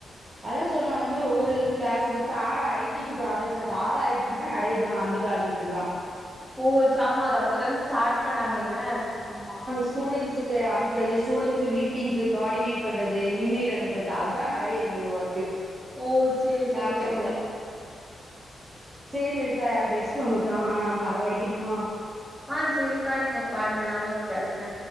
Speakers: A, on the right; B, in the centre.
A: அதா சொன்ன அந்த மாரி ஒவ்வொரு க்ளாஸ்க்கு தாரா ஐ டிக்கு ப்ராஜக்ட்தா தாரா ஐ டிக்கு தான் நெறைய பண்ணு அந்த ப்ராஜெக்ட் தா
B: ஓ சாம அது அப்பதானே ஸ்டார்ட் பண்ணாங்க என்ன ஆமா
A: ஸ்டூடெண்ஸுக்கு அனுப் ண்பறது ஸ்டுடெண்ஸ மீட்டிங்கு க்வார்டினேட் பண்றது இமெயில் அனுப்புறது அதா நெறைய இருந்தது ஒர்க்கு
B: ஓ சேரி சேரி
A: லேப்டாப்ல
B: சேரி
A: சேரி லலிதா யாரோ கெஸ்ட் வந்துருக்காங்க நா பெரவடிக்கட்டுமா
B: ஆ செரிக்கா நீங்க பாருங்க நா உட பேசுறே